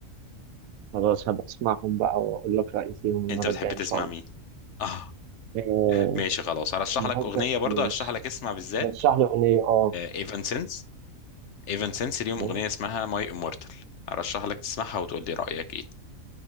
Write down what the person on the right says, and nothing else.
خلاص هبقى أسمعهم بقى وأقول لك رأيي فيهم المرة
الجاية إن
شاء الله.
آه،
النهارده
ماشي
رشح لي أغنية أه
تمام